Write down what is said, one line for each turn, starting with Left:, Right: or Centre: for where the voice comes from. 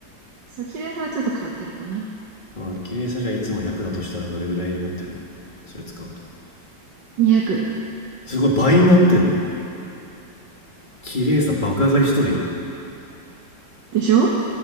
Right: そう、綺麗さはちょっと変わってるかな。
Left: あ綺麗さじゃあいつも100だとしたらどれぐらいになってるのそれ使うと。
Right: 200
Left: すごい倍になってんの。綺麗さ爆上がりしとるやん。
Right: でしょ